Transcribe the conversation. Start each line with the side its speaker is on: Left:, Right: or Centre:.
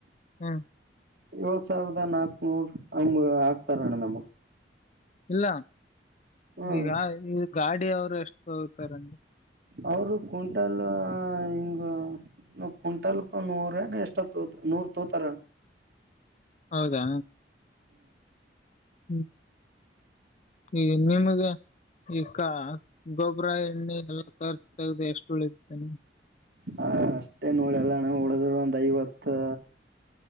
Left: ಹ್ಮ್
Right: ಏಳ್ ಸಾವಿರದ ನಾಕ್ನೂರು ಹಮ ಆಗ್ತಾರ ಅಣ್ಣ ನಮಗ
Left: ಇಲ್ಲ
Right: ಹ್ಮ್
Left: ಈಗ ಈ ಗಾಡಿ ಅವ ಎಷ್ಟು ತೋಗತಾರಗೆ
Right: ಅವರು ಕ್ವಿಂಟಲ್ ಹಿಂಗ ಕ್ಂಟಲ್ಕೂ ನೂರ ಎಷ್ಟೊ ನೂರು ತೋತಾರ
Left: ಹೌದಾ ಹ್ಮ್ ಈ ನಿಮಗೆ ಈಕ್ಕ ಗೊಬರಾಯ ನ್ನೆ ಎಲ್ಲ ಖರ್ಚ ತಾಗದೆ ಎಷ್ಟು ಉಳಾನೆ
Right: ಹ ಅಷ್ಟೇ ನ ಉಳಿಯಲ್ಲ ಅಣ್ಣ ಉಳಿದ್ರ ಒಂದ್ ಐವತ್ತ